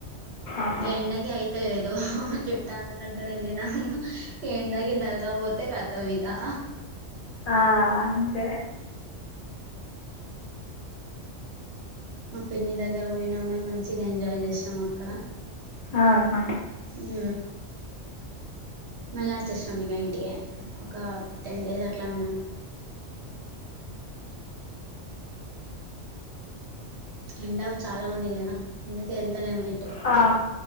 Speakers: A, on the left; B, on the right.
A: ఆహా
B: ఎండకి అయిత లేదు చుట్టాల దగ్గర వెళ్ళినా ఎండ కి దర్గ పోతే కత్తవిగా
A: ఆ అంతే
B: మా పెన్ని దగ్గర పోయినాం మేము మంచిగా ఎంజాయ్ చేసినాం అక్కడ
A: ఆహా
B: ఊ మళ చస్ నం ఇక ఇంటికే ఒక టెన్ డేస్ అట్లా ఉన్నాం. ఎండల్ చాలా ఉంది కదా, అందుకే వెళ్తాలెమే.
A: ఆ